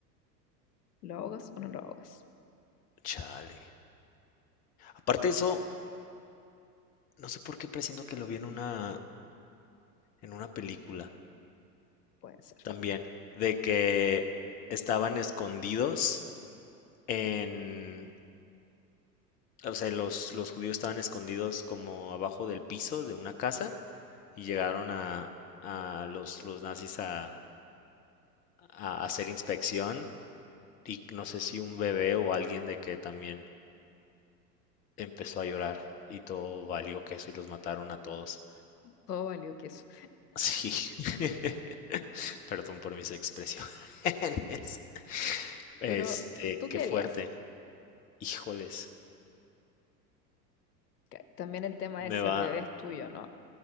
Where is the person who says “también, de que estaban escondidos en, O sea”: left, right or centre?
Left